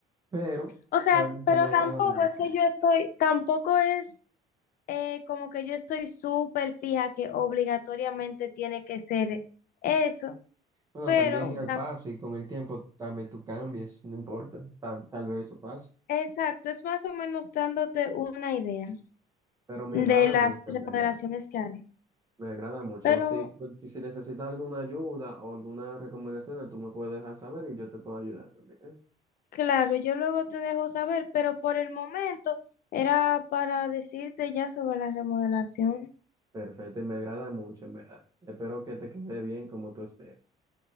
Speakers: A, on the right; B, on the left.
A: Pero
B: O sea,
A: realmente
B: pero
A: me agrada
B: tampoco
A: mucho.
B: es que yo estoy, tampoco es eh, como que yo estoy súper fija que obligatoriamente tiene que ser eso.
A: Bueno,
B: Pero,
A: también
B: o sea,
A: al paso y con el tiempo también tú cambies, no importa, tal, tal vez eso pase.
B: Exacto, es más o menos dándote una idea
A: pero me
B: de
A: agrada
B: las
A: mucho,
B: remodelaciones
A: en verdad.
B: que haré.
A: Me agrada mucho.
B: Pero
A: Si, pues, si si necesitas alguna ayuda o alguna recomendación, tú me puedes dejar saber y yo te puedo ayudar también. ¿eh?
B: claro, yo luego te dejo saber, pero por el momento era para decirte ya sobre la remodelación.
A: Perfecto, y me agrada mucho, en verdad. Espero que te quede bien como tú esperas.